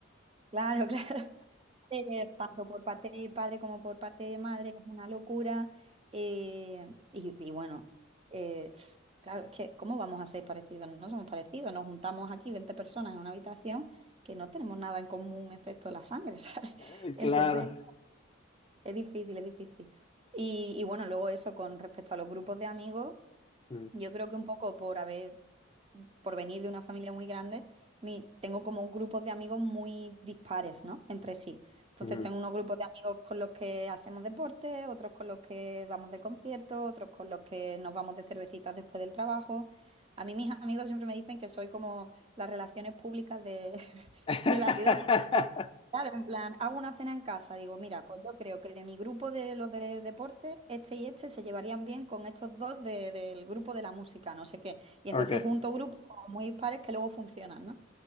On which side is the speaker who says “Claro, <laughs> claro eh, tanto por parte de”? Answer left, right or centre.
Right